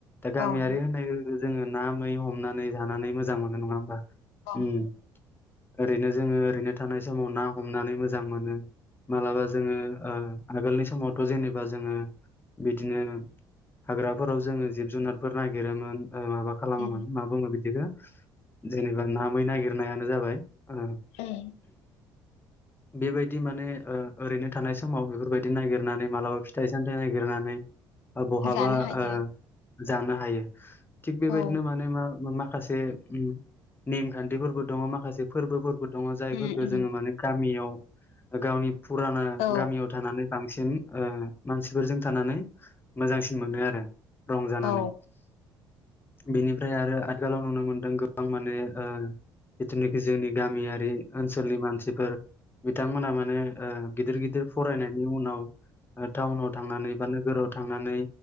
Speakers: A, on the left (about 20°); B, on the left (about 65°).
A: दा गामियारि
B: औ दे
A: होननाय लोगो लोगो जोङो ना मै हमनानै जानानै मोजां मोनो नङा होमबा।
B: अह
A: उम ओरैनो जोङो ओरैनो थानाय समाव ना हमनानै मोजां मोनो। मालाबा जोङो ओ आगोलनि समावथ' जेनेबा जोङो बिदिनो हाग्राफोराव जोङो जिब जुनारफोर नागिरोमोन। ओ माबा खालामोमोन
B: उम
A: मा बुङो बिदिखौ जेनेबा ना मै नागिरनायानो जाबाय। ओ
B: उम
A: बेबायदि माने ओ ओरैनो थानाय समाव बेफोरबायदि नायगिरनानै मालाबा फिथाइ सामथायाइ नायगिरनानै ओ बहाबा
B: जानो हायो
A: ओ जानो हायो थिग बेबायदिनो
B: औ
A: माने मा मा- खासे उम नेमखान्थिफोरबो दङ माखासे फोरबोफोर- बो दङ जायफोरखो
B: उम उम
A: जोङो माने गामियाव गावनि फुराना
B: औ
A: गामियाव थानानै बांसिन ओ मानसिफोरजों थानानै मोजांसिन मोनो आरो। रंजानानै
B: औ
A: बेनिफ्राय आरो आथिखालाव नुनो मोनदों गोबां माने ओ बिदिनो जोंनि गामियारि ओनसोलनि मानसिफोर बिथांमोना माने ओ गिदिर गिदिर फरायनायनि उनाव ओ टाउनाव थांनानै बा नोगोराव थांनानै